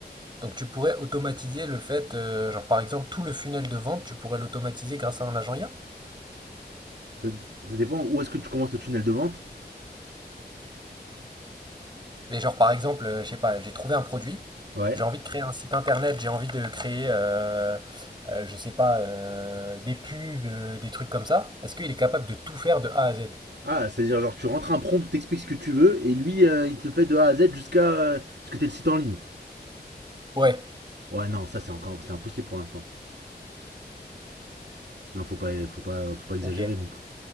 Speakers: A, on the right; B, on the right.
A: donc tu pourrais automatiser le fait, euh, genre par exemple, tout le funnel de vente, tu pourrais l'automatiser grâce à un agent IA?
B: Ça, ça dépend où est-ce que tu commences le tunnel de vente.
A: Mais genre par exemple, euh, je sais pas, j'ai trouvé un produit,
B: Ouais.
A: j'ai envie de créer un site internet, j'ai envie de créer, euh, euh, je sais pas, euh, des pubs, euh, des trucs comme ça. Est-ce qu'il est capable de tout faire de A à Z?
B: Ah, c'est-à-dire, genre, tu rentres un prompt, t'expliques ce que tu veux, et lui, euh, il te le fait de A à Z jusqu'à euh, ce que t'aies le site en ligne.
A: Ouais,
B: Ouais, non, ça, c'est encore c'est impossible pour l'instant. Non, faut pas, faut, pas, faut pas exagérer
A: ok.
B: non plus.